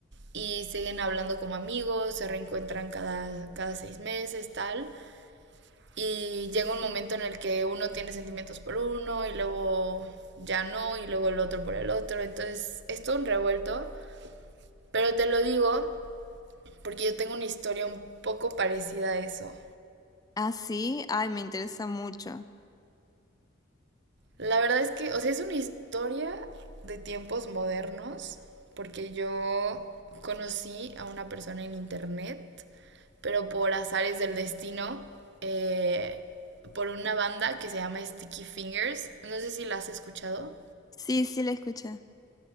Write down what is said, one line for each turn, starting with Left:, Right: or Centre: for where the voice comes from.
Right: y siguen hablando como amigos, se reencuentran cada, cada seis meses, tal. Y llega un momento en el que uno tiene sentimientos por uno y luego ya no, y luego el otro por el otro. Entonces es todo un revuelto. Pero te lo digo porque yo tengo una historia un poco parecida a eso.
Left: Ah, sí, ay, me interesa mucho.
Right: La verdad es que, o sea, es una historia de tiempos modernos, porque yo conocí a una persona en internet, pero por azares del destino, eh, por una banda que se llama Sticky Fingers. No sé si la has escuchado.
Left: Sí, sí, la escuché.